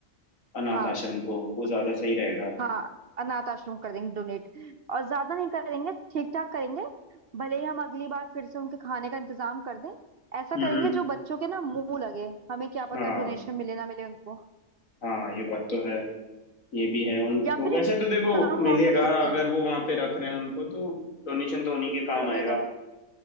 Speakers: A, on the left; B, on the right.
A: अनाथ
B: हाँ
A: आश्रम को वो
B: उस
A: ज्यादा सही रहेगा
B: हाँ अनाथ आश्रम कर देंगे डोनेट और ज्यादा नहीं करेंगे ठीक ठाक करेंगे भले ही हम अगली बार फिर से उनके खाने का इंतजाम कर दें ऐसा
A: हम्म
B: करेंगे
A: हम्म।
B: जो बच्चों के ना मुंह लगे हमें क्या पता
A: हाँ
B: डोनेशन मिले ना मिले उनको
A: हाँ ये बात तो है ये भी है उनको
B: या फिर
A: वैसे
B: एक
A: तो देखो
B: काम
A: मिलेगा
B: और कर सकते
A: अगर
B: हैं
A: वो वहां पे रख रहे हैं उनको तो डोनेशन तो उन्हीं के काम
B: मिलेगा
A: आएगा
B: मिलेगा